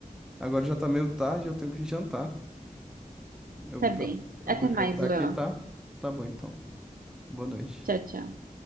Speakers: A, in the centre; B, on the right (about 80°).
A: Agora já tá meio tarde, eu tenho que jantar. Eu
B: Tá
A: vou,
B: bem.
A: pre- eu
B: Até
A: vou jantar
B: mais, Will.
A: aqui, tá? Tá bom então. Boa noite.
B: Tchau, tchau.